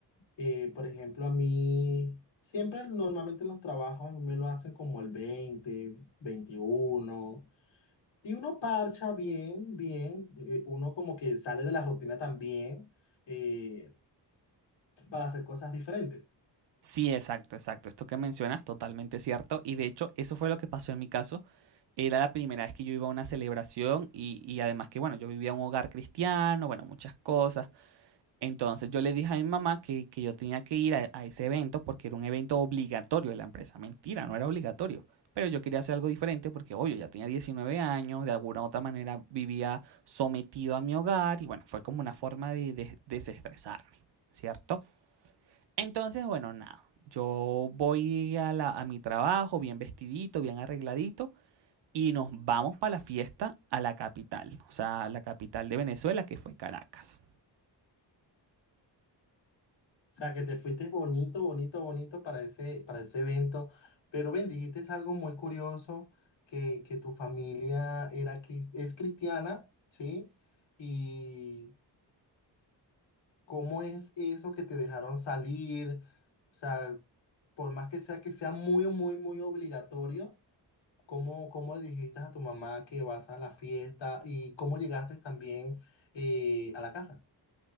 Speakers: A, on the left; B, on the right.
A: Eh, por ejemplo, a mí, siempre normalmente en los trabajos a mí me lo hacen como el veinte veintiuno y uno parcha bien, bien, eh, uno como que sale de la rutina también eh, para hacer cosas diferentes.
B: Sí, exacto, exacto. Esto que mencionas, totalmente cierto. Y de hecho, eso fue lo que pasó en mi caso. Era la primera vez que yo iba a una celebración y, y además que, bueno, yo vivía en un hogar cristiano, bueno, muchas cosas. Entonces yo le dije a mi mamá que, que yo tenía que ir a, a ese evento porque era un evento obligatorio de la empresa. Mentira, no era obligatorio pero yo quería hacer algo diferente porque, obvio, ya tenía 19 años, de alguna u otra manera vivía sometido a mi hogar y bueno, fue como una forma de, de desestresarme, ¿cierto? Entonces, bueno, nada, yo voy a, la, a mi trabajo bien vestidito, bien arregladito y nos vamos para la fiesta a la capital, o sea, a la capital de Venezuela, que fue Caracas.
A: O sea, que te fuiste bonito, bonito, bonito para ese, para ese evento, pero ven, dijiste es algo muy curioso, que, que tu familia era, cris- es cristiana, ¿sí? Y... ¿Cómo es eso que te dejaron salir? O sea, por más que sea que sea muy, muy, muy obligatorio, ¿cómo, cómo le dijiste a tu mamá que vas a la fiesta y cómo llegaste también eh, a la casa?